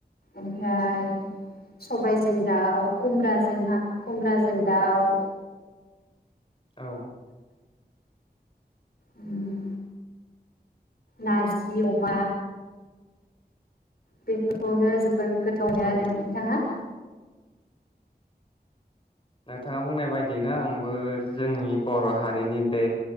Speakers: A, on the left; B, on the left.
A: ओमफ्राय सबायजों दाउ खुमब्राजोंहा खुमब्राजों दाउ
B: औ
A: उम नारजि अमा बेफोरखौनो जोबोद गोथावनो
B: औ
A: आरो नोंथाङा
B: नोंथाङा बुंनाय बायदियैनो आंबो जोंनि बर हारिनि बे